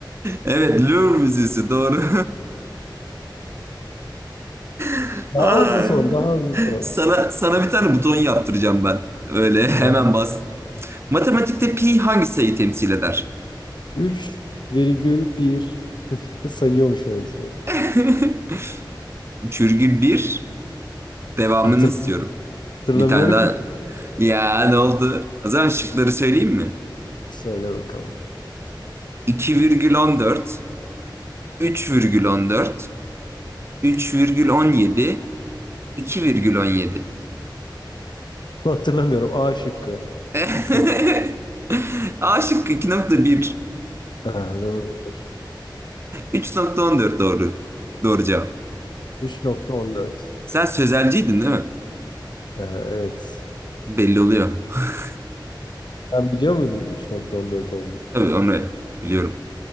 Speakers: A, on the right (about 30°); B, on the left (about 65°).
A: Evet, Louvre Müzesi doğru. <laughs>
B: Daha
A: Ay.
B: hızlı sor. Daha hızlı sor.
A: Sana sana bir tane buton yaptıracağım ben. Öyle hemen
B: Aynen.
A: bas. Matematikte pi hangi sayıyı temsil eder?
B: 3,1 <laughs> sayıyormuş öylesine.
A: <laughs> Çürgül 1 devamını
B: Hatırlamıyorum.
A: istiyorum.
B: Hatırlamıyorum.
A: Bir tane daha.
B: ki.
A: Ya ne oldu? O zaman şıkları söyleyeyim mi?
B: Söyle bakalım.
A: 2,14, 3,14 3,17, 2,17.
B: Hatırlamıyorum. A şıkkı.
A: <laughs>
B: 3 nokta.
A: A şıkkı 2,1,
B: Ha, doğrudur.
A: 3,14 doğru. Doğru cevap.
B: 3,14.
A: Sen sözelciydin değil mi?
B: Ee, evet.
A: Belli oluyor. <laughs>
B: Sen biliyor muydun 3,14 olduğunu?
A: Tabii onu biliyorum.